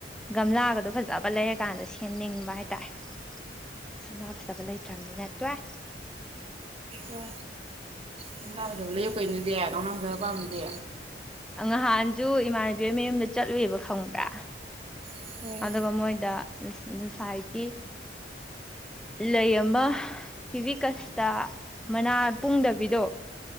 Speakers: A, in the centre; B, on the right.
A: ꯒꯝꯂꯥꯒ ꯑꯗꯣ ꯐꯖꯕ ꯂꯩꯔꯀꯥꯟꯗ ꯁꯦꯝꯅꯤꯡꯕ ꯍꯥꯏꯇꯥꯔꯦꯅ ꯐꯖꯕ ꯂꯩꯇ꯭ꯔꯕꯅꯤ ꯇꯣꯛꯑꯦ
B: ꯍ ꯀꯧꯅꯥ ꯐꯖꯕ ꯂꯩꯌ ꯀꯩꯅꯗꯤ ꯀꯧꯅꯥ ꯐꯖꯕ ꯄꯥꯝꯃꯤꯗꯤ
A: ꯉꯍꯥꯟꯁꯨ ꯏꯃꯥꯟꯅꯕꯤ ꯃꯌꯨꯝꯗ ꯆꯠꯂꯨꯏꯕ ꯈꯪꯕ꯭ꯔꯥ
B: ꯎꯝ
A: ꯑꯗꯨꯒ ꯃꯣꯏꯗ ꯉꯁꯥꯏꯒꯤ ꯂꯩ ꯑꯃ ꯀꯤꯕꯤꯀꯁꯇ ꯃꯅꯥ ꯄꯨꯡꯗꯕꯤꯗꯣ